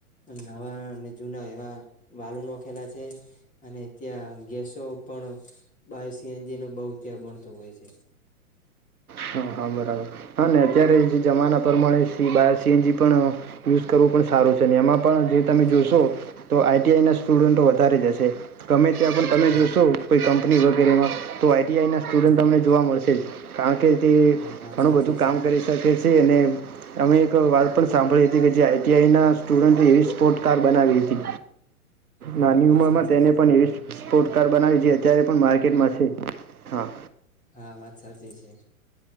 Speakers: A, on the left (about 15°); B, on the right (about 75°).
A: નવા અને જૂના એવા વાલો નાખેલા છે અને ત્યાં ગેસ પણ બ સીએનજી નો બહ ત્યાં બણતો હોય છે.
B: હા હા બરાબર હા ને અત્યારે જે જમાના પ્રમાણે સી બાયર સીએનજી પણ યુઝ કરવું પણ સારું છે ને એમાં પણ જે તમે જોશો
A: હા
B: તો આઈટીઆઈ ના સ્ટુડન્ટ વધારે જશે ગમે તે ત્યાં પણ તમે
A: હા
B: જોશો
A: હા હા
B: કોઈ કંપની વગ ગેરેમાં તો આ આઈટીઆઈના સ્ટુડન્ટ
A: હા
B: તમને
A: હા
B: જોવા મળશે જ કારણ કે તે
A: હા વાત
B: ઘણું
A: સાચી
B: બધું કામ
A: છે
B: કરી શકે છે. અમે એક વાત પણ સાંભળી હતી કે જે આઈઆઈ ના સ્ટુડન્ટ એવી સ્પોર્ટ કાર બનાવી હતી.
A: હા
B: નાની
A: વાત
B: ઉંમર
A: સાચી
B: માં તેને
A: છે
B: પણ એ સ્પોર્ટ્સ કાર બનાવી છે અત્યારે પણ માર્કેટમાં છે હા.
A: હા વાત સાચી છે